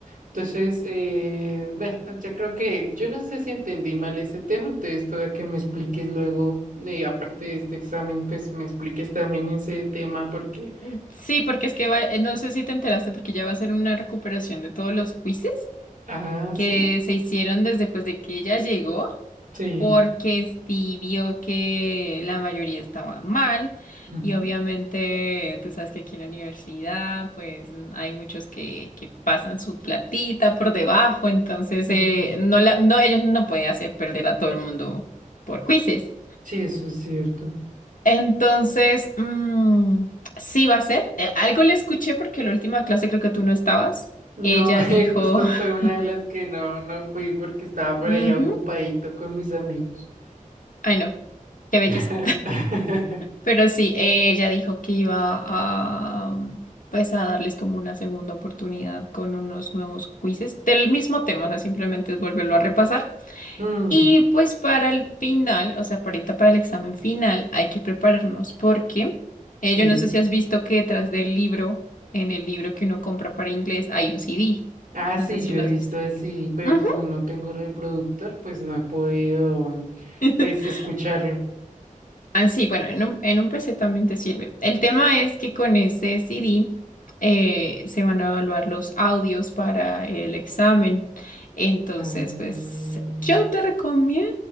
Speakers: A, on the right (about 80°); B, on the left (about 70°).
A: Entonces, eh, bueno, yo creo que yo no sé si entendí mal ese tema, entonces toda que me expliques luego, eh, aparte de este examen, pues me expliques también ese tema porque,
B: Mm, Sí, porque es que va- eh, no sé si te enteraste, porque ya va a ser una recuperación de todos los quizzes
A: ah,
B: que
A: sí,
B: se hicieron desde pues, de que ella llegó,
A: sí,
B: porque sí vio que la mayoría estaba mal
A: ujú,
B: y obviamente tú sabes que aquí en la universidad pues hay muchos que, que pasan su platita por debajo, entonces
A: ujú,
B: eh, no la, no, ellos no pueden hacer perder a todo el mundo por quizzes.
A: sí, eso es cierto.
B: Entonces, mm, sí va a ser. Eh, algo le escuché porque la última clase creo que tú no estabas.
A: No,
B: Ella
A: <laughs>
B: dijo,
A: eh, justo
B: <laughs>
A: fue una de las que no, no fui porque estaba por
B: ujú,
A: allá ocupadito con mis amigos.
B: Ay, no, qué belleza.
A: <laughs>
B: Pero sí, ella dijo que iba a, mm, pues, a darles como una segunda oportunidad con unos nuevos quizzes del mismo tema. O sea, simplemente es volverlo a repasar.
A: Mm,
B: Y pues para el final, o sea, para ahorita para el examen final, hay que prepararnos porque eh,
A: sí.
B: yo no sé si has visto que detrás del libro, en el libro que uno compra para inglés, hay un CD.
A: Ah,
B: No
A: sí,
B: sé si
A: yo
B: lo
A: he visto
B: has visto.
A: así, pero
B: Ujú.
A: como no tengo reproductor, pues no he podido,
B: <laughs>
A: pues, escucharlo.
B: Ah, sí, bueno, en un, en un PC también te sirve. El tema es que con ese CD eh, se van a evaluar los audios para el examen. Entonces,
A: Ah,
B: pues yo te recomiendo